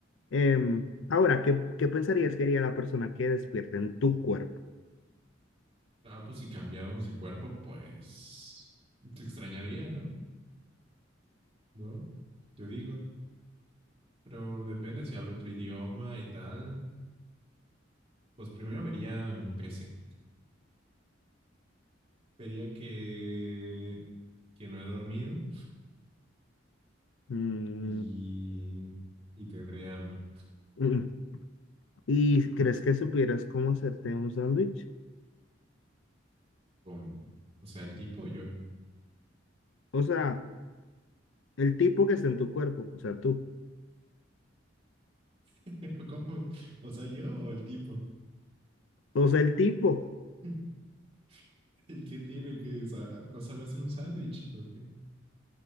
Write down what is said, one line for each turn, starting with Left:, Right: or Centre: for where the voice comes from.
Left: Em, ahora, ¿qué, qué pensarías que haría la persona que despierta en tu cuerpo?
Right: Ah, pues si cambiamos de cuerpo, pues te extrañaría, ¿no? ¿No? Yo digo. Pero depende, si hablo otro idioma y tal, pues primero vería mi PC. Vería que, que no he dormido
Left: Mm,
Right: y, y tendría hambre.
Left: mm, ¿Y crees que supieras cómo hacerte un sándwich?
Right: ¿Cómo? O sea, el tipo o yo.
Left: O sea, el tipo que está en tu cuerpo, o sea, tú.
Right: <laughs> ¿Cómo? O sea, yo o el tipo.
Left: O sea, el tipo
Right: <laughs> ¿Y qué tiene que sa- no sabe hacer un sándwich? ¿O qué?